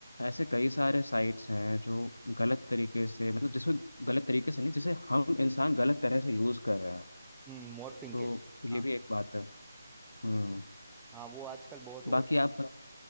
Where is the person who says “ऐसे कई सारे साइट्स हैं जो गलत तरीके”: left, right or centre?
Left